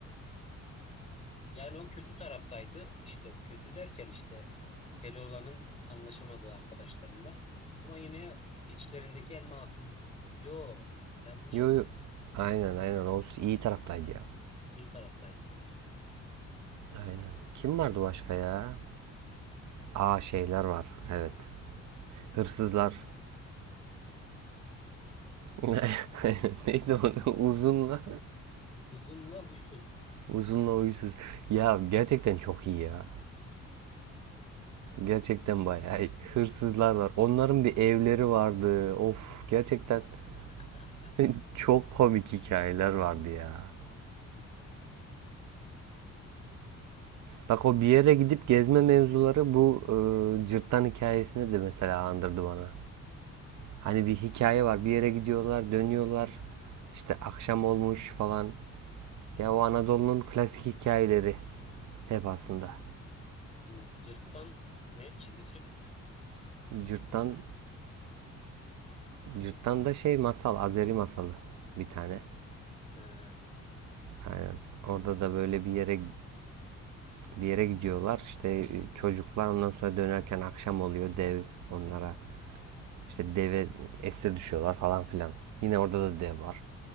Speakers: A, on the left; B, on the right.
A: yani o kötü taraftaydı. işte kötü derken işte Keloğlan'ın anlaşamadığı arkadaşlarından. Ama yine içlerindeki en masum yo yanlış
B: Yo
A: hatırladım.
B: yo. Aynen aynen. O iyi taraftaydı ya.
A: iyi taraftaydı evet doğru.
B: Aynen. Kim vardı başka ya? Aa şeyler var. Evet. Hırsızlar. <laughs> Neydi o? <laughs> Uzunla.
A: Uzunla huysuz.
B: Uzunla uysuz. Ya gerçekten çok iyi ya. Gerçekten bayağı iyi. Hırsızlar var. Onların bir evleri vardı. Of gerçekten
A: <laughs>
B: <laughs> çok komik hikayeler vardı ya. Bak o bir yere gidip gezme mevzuları bu e, cırttan hikayesine de mesela andırdı bana. Hani bir hikaye var. Bir yere gidiyorlar, dönüyorlar. İşte akşam olmuş falan. Ya o Anadolu'nun klasik hikayeleri hep aslında.
A: Hı, Cırttan ne? Çizgi film mi?
B: Cırt'tan, Cırt'tan da şey masal, Azeri masalı bir tane.
A: Ha,
B: Aynen. Orada da böyle bir yere bir yere gidiyorlar. İşte e, çocuklar ondan sonra dönerken akşam oluyor dev onlara. işte deve esir düşüyorlar falan filan. Yine orada da dev var.